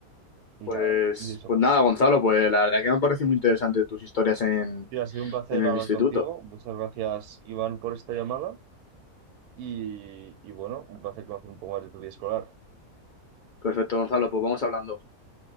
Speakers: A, on the right; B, on the left.
A: Y
B: Pues,
A: nada, y eso
B: pues
A: pasó.
B: nada, Gonzalo, pues la verdad que me han parecido muy interesantes tus historias en,
A: Sí, ha sido un placer
B: en el
A: hablar
B: instituto.
A: contigo. Muchas gracias, Iván, por esta llamada. Y, y bueno, un placer conocer un poco más de tu vida escolar.
B: Perfecto, Gonzalo, pues vamos hablando.